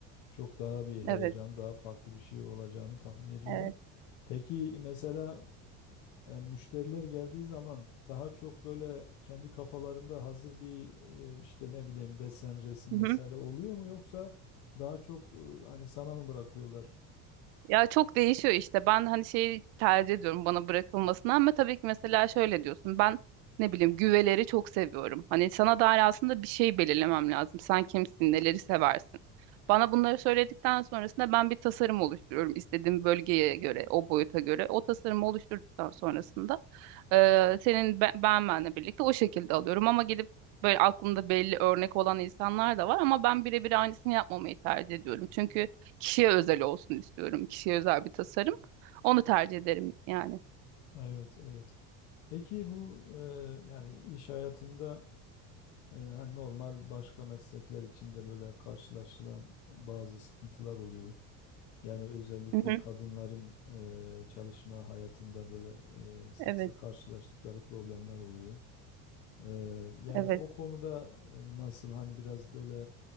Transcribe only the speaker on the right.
evet,
evet.
Hı
hı.
Ya çok değişiyor işte. Ben hani şeyi tercih ediyorum bana bırakılmasını ama tabii ki mesela şöyle diyorsun. Ben ne bileyim güveleri çok seviyorum. Hani sana dair aslında bir şey belirlemem lazım. Sen kimsin, neleri seversin? Bana bunları söyledikten sonrasında ben bir tasarım oluşturuyorum istediğim bölgeye göre, o boyuta göre. O tasarımı oluşturduktan sonrasında Ee, senin be- ben, benle birlikte o şekilde alıyorum ama gidip böyle aklımda belli örnek olan insanlar da var ama ben birebir aynısını yapmamayı tercih ediyorum. Çünkü kişiye özel olsun istiyorum. Kişiye özel bir tasarım. Onu tercih ederim yani.
Hı hı.
Evet,
evet.